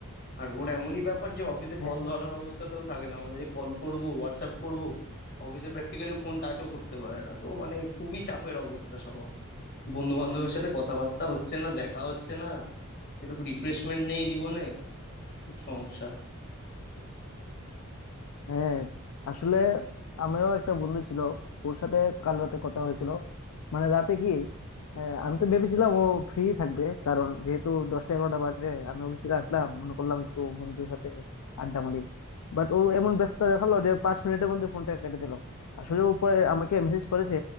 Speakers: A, on the left; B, on the left.
A: আর ওর এমনই ব্যাপার যে অফিসে
B: হ্যাঁ
A: কল ধরার অবস্থাতেও থাকে না আমরা যে কল করব হোয়াটসঅ্যাপ করব অফিসে প্র্যাকটিক্যালি ফোন টাচও করতে পারে না তো মানে খুবই চাপের অবস্থা সবার বন্ধু বান্ধবের সাথে কথাবার্তা হচ্ছে না দেখা হচ্ছে না একটু রিফ্রেশমেন্ট নেই জীবনে খুব সমস্যা
B: হ্যাঁ আসলে আমিও একটা বন্ধু ছিল ওর সাথে কাল রাতে কথা হয়েছিল মানে রাতে কি আহ, আমি তো ভেবেছিলাম ও ফ্রি থাকবে কারণ যেহেতু দশটা এগারোটা বাজে আমি অফিস থেকে আসলাম মনে করলাম একটু বন্ধুর সাথে আড্ডা মারি বাট ও এমন ব্যস্ততা দেখালো যে পাঁচ মিনিটের মধ্যে ফোনটা কেটে দিল আসলে উপরে আমাকে মেসেজ করেছে